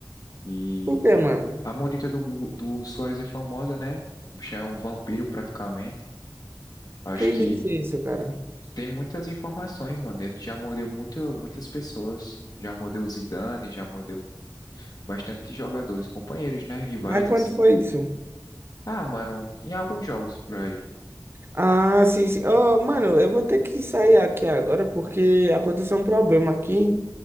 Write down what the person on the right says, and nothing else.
Por que,
mano?
Quem
disse isso, cara?
Mas quando
foi isso?
Ah, sim, sim. Oh, mano, eu vou ter que sair aqui agora porque aconteceu um problema aqui.